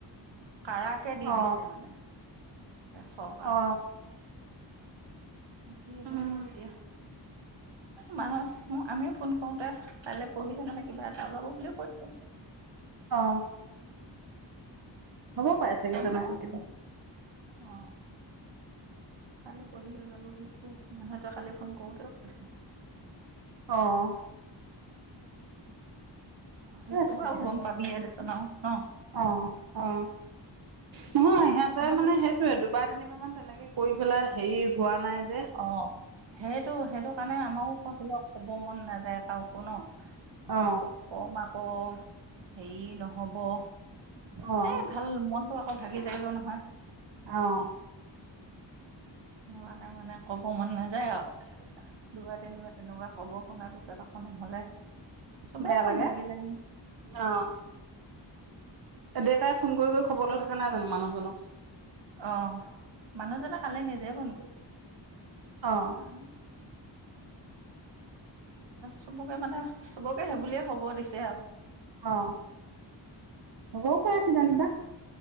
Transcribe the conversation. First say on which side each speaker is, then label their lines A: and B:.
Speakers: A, on the right; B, on the right.
A: কাৰাকে দি
B: অ
A: দিছে মানে চৰকাৰ
B: অ
A: কি
B: উম
A: হয় এতিয়া মানুহ মোক আমিও ফোন কৰোতে কাইলৈ পঢ়িলে মানে কিবা এটা ওলাব বুলিও কৈছিল
B: অ হ'ব পাৰে চাগে তেনেকুৱা
A: প
B: কিবা
A: অ কাইলৈ পঢ়িলে ওলাব বুলি কৈ আছ মানুহ তোৱে কালি ফোন কৰো ক আছে
B: অহ
A: হলে
B: ঠিকে আছে
A: তো বাৰু
B: তেতিয়াহ'লে
A: গম পাবিয়ে দেচোন আৰু ন
B: অ অ নহয় সিহঁতে
A: আমাক
B: মানে সেইটোয়েটো বা তিনিবাৰ মান তেনেকে কৰি পেলাই হেৰি হোৱা নাই যে
A: অ সেইটো সেইটো কাৰণে আমাৰো কৈছিলো ক'ব মন নাযায় কাকো ন
B: অ
A: ক কম আকৌ হেৰি নহব
B: অ
A: এ ভাল মন আকৌ ভাগি যায়গৈ নহয়
B: আহ
A: মানে মানে কব মন নাযায় আৰু দুবাৰ তিনিবাৰ তেনেকুৱা খবৰ শুনাৰ পিছত আকৌ নহ'লে চবৰে
B: বেয়া
A: মন
B: লাগে
A: ভাগি যায়
B: অ দেউতাই ফোন কৰি কৰি খবৰ লৈ থাকে দে নাই জানো মানুহজনক
A: আহ মানুহজনে কালি নিজে ফোন কৰিছে
B: অ'
A: উম চবকে মানে চবকে সেইবুলিয়ে খবৰ দিছে আৰু
B: অ হ'বও পাৰে কিজানিবা